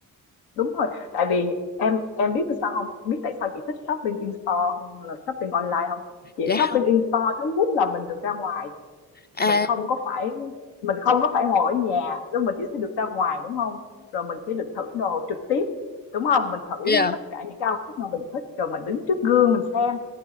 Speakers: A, on the left (about 80°); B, on the left (about 25°).
A: đúng rồi, tại vì em em biết sao không Biết tại sao chị thích shopping in store hơn là shopping online không Chị
B: Dạ
A: shopping
B: không.
A: in store thứ nhất là mình được ra ngoài,
B: À.
A: mình không có phải mình không có phải ngồi ở nhà, lúc mình chỉ sẽ được ra ngoài, đúng không Rồi mình sẽ được thử đồ trực tiếp, đúng không Mình thử
B: Dạ.
A: tất cả những cái outfit mà mình thích, rồi mình đứng trước gương mình xem.